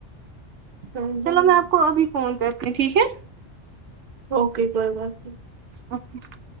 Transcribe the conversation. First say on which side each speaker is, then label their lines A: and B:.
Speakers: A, on the right (about 50°); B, on the right (about 80°).
A: ہم-
B: چلو
A: ہم-
B: میں آپ کو ابھی فون کرتی ہوں ٹھیک ہے
A: اوکے کوئی بات نہیں
B: اچھا